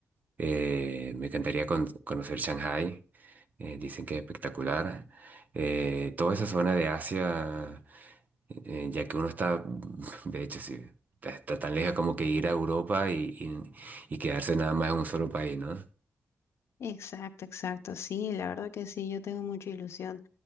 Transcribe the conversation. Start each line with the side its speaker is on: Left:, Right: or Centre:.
Right: eh, me encantaría con- conocer Shanghái, eh, dicen que es espectacular. Eh, toda esa zona de Asia, eh, ya que uno está, <laughs> de hecho sí, está, está tan lejos como que ir a Europa y, y y quedarse nada más en un solo país, ¿no?
Left: Exacto, exacto. Sí, la verdad que sí, yo tengo mucha ilusión